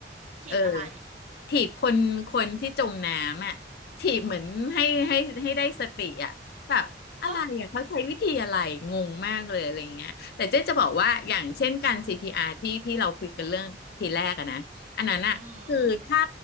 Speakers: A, on the right; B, on the left.
A: ถีบอะไร
B: เออถีบคนคนที่จมน้ำอ่ะถีบเหมือนให้ให้ให้ได้สติอ่ะแบบ อะไรอ่ะเขาใช้วิธีอะไรงงมากเลยอะไรอย่างเงี้ยแต่เจ๊จะบอกว่าอย่างเช่นการ
A: โอ้
B: CPR ที่ที่เราคุยกันเรื่องทีแรกอะนะอันนั้นอะคือถ้า
A: อืม